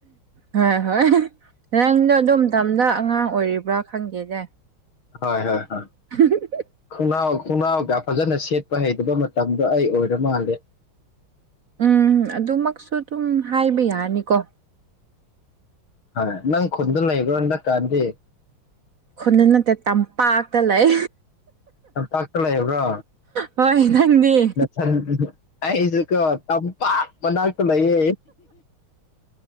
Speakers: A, on the right; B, on the left.
A: ꯍꯣꯏ ꯍꯣꯏ ꯅꯪꯗꯣ ꯑꯗꯨꯣꯝ ꯃꯇꯝꯗ ꯑꯉꯥꯡ ꯑꯣꯏꯔꯤꯕ꯭ꯔꯥ ꯈꯪꯗꯦꯅꯦ
B: ꯍꯣꯏ ꯍꯣꯏ ꯍꯣꯏ
A: <unintelligible>
B: ꯈꯣꯡꯅꯥꯎ ꯈꯣꯡꯅꯥꯎꯒ ꯐꯖꯅ ꯁꯦꯠꯄ ꯍꯩꯇꯕ ꯃꯇꯝꯗꯣ ꯑꯩ ꯑꯣꯏꯔ ꯃꯥꯜꯂꯦ
A: ꯎꯝ ꯑꯗꯨꯃꯛꯁꯨ ꯑꯗꯨꯝ ꯍꯥꯏꯕ ꯌꯥꯅꯤꯀꯣ
B: ꯍ ꯅꯪ ꯈꯨꯟꯗ ꯂꯩꯕꯔꯣ ꯍꯟꯗꯛ ꯀꯥꯟꯗꯤ
A: ꯈꯨꯟꯗ ꯅꯠꯇꯦ ꯇꯝꯄꯥꯛꯇ ꯂꯩ
B: ꯇꯝꯄꯥꯛꯇ ꯂꯩꯕ꯭ꯔꯣ
A: ꯍꯣꯏ ꯅꯪꯗꯤ
B: ꯅꯆꯥ ꯅꯨꯄꯤ ꯗꯣ ꯑꯩꯁꯨ ꯀꯣ ꯇꯝꯄꯥꯛ ꯃꯅꯥꯛꯇ ꯂꯩꯌꯦ